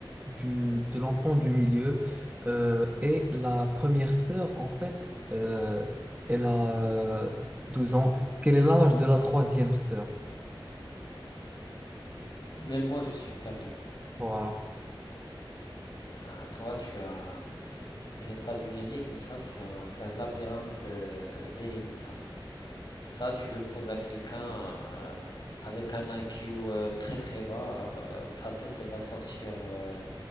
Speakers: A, on the right; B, on the left.
A: du, de l'enfant du milieu. Euh, et la première sœur, en fait, euh, elle a euh, 12 ans. Quel est l'âge de la troisième sœur?
B: Même moi, je suis perdu.
A: Voilà.
B: Ah, toi, tu as... Ce n'est pas une énigme, ça, c'est un, c'est un labyrinthe euh, d'énigmes, ça. Ça, tu le poses à quelqu'un euh, avec un IQ euh, très très bas, euh, sa tête, elle va sortir, euh,